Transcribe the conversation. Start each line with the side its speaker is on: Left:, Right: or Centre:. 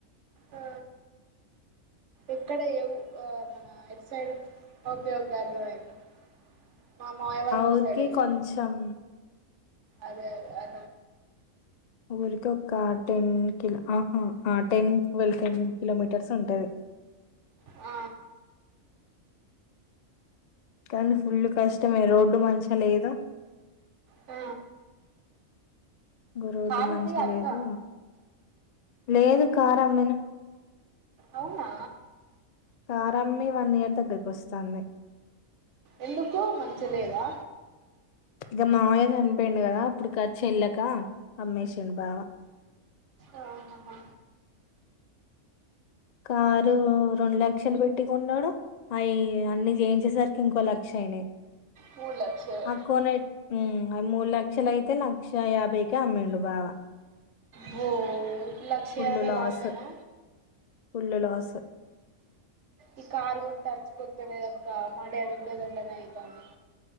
Right: ఆ ఎక్కడ ఏవు ఆ మన ఎట్ సైడ్ ఓకే ఓకే అర్థమైది మా మామయ్య వాళ్ళ
Left: ఊరికి
Right: సైడ్ గా
Left: కొంచెం
Right: అదే అదే అ
Left: ఊరికి ఒక్క టెన్ కిలో ఆహా ఆ టెన్ వెల్కె కిలోమీట క్యాడ్స్ ఉంటాది
Right: ఆ
Left: కానీ ఫుల్ కష్టమే రోడ్డు మంచిగా లేదు
Right: ఆ
Left: రోడ్డు
Right: కారు
Left: మంచిగా
Right: ఉందిగా అక్క
Left: లేదు లేదు కార్ అమ్మిన
Right: అవునా
Left: కార్ అమ్మి వన్ ఇయర్ దగ్గరికి వస్తుంది
Right: ఎందుకు మంచిగా లేదా
Left: ఇక మామయ చనిపోయిడు కదా ఇప్పుడుకి చెల్లక అమ్మేసిడు బావ
Right: ఆఓ హా హా
Left: కారు రెండు లక్షలు పెట్టి ఉన్నాడు అవి అన్ని చేయించేసరికి ఇంకో లక్ష షైనీ
Right: మూడు లక్షలు
Left: ఆక్కోనే ట్ ఉ మూడు లక్షలు అయితే లక్ష యాబై కే అమ్మెండు బావ
Right: వో లక్ష
Left: ఫుల్
Right: యాబై
Left: లాస్
Right: లాసేనా
Left: ఫుల్ లాస్
Right: ఈ కారు కొంటే అచ్చికొత్తలేదక్క మా డాడికి కూడా గట్లనే అయితాంది